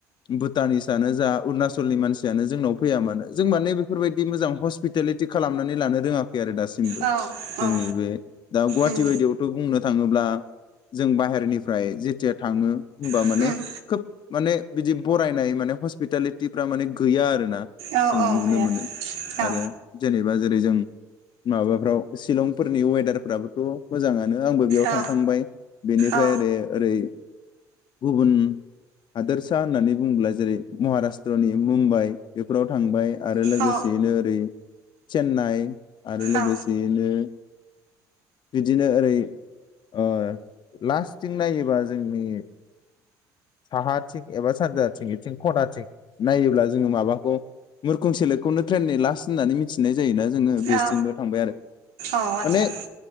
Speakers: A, on the left; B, on the right.
A: भुटानिसआानो जा अरुणाचलनि मानसियानो जोंनाव फैया मानो जों माने बेफोरबायदि मोजां हस्पिटालिटि खालामनानै लानो रोङाखै आरो दासिमबो
B: औ
A: जोंनि
B: औ
A: बे दा गुवाहाटि
B: उम
A: बायदियावथ' बुंनो थाङोब्ला जों बाहेरनिफ्राय जेथिया थाङो होमबा
B: उम
A: माने खोब माने बिदि बरायनाय माने हस्पिटालिटिफ्रा माने गैया आरो ना
B: औ
A: जों नुनो
B: औ गैया
A: मोनो
B: औ
A: आरो जेनेबा जेरै जों माबाफ्राव शिलंफोरनि वेदारफ्राबोथ' मोजाङनो आंबो बेयाव
B: औ
A: थांखांबाय बेनिफ्राय
B: औ
A: ओरै ओरै गुबुन हादोरसा होननानै बुङोब्ला जेरै महाराष्ट्रनि मुम्बाइ बेफोराव थांबाय आरो लोगोसेयैनो
B: औ
A: ओरै चेन्नानाय आरो लोगोसेयैनो
B: औ
A: बिदिनो ओरै ओ लास्थिं नायोबा जोंनि साहा थिं एबा सानजाथिं इथिं खनाथिं नायोब्ला जोङो माबा मुरखुं सेलेकखौनो ट्रेननि लास होननानै मिथिनाय जायोना जोंङो बिसिंबो
B: औ
A: थांबाय आरो
B: आदसा
A: माने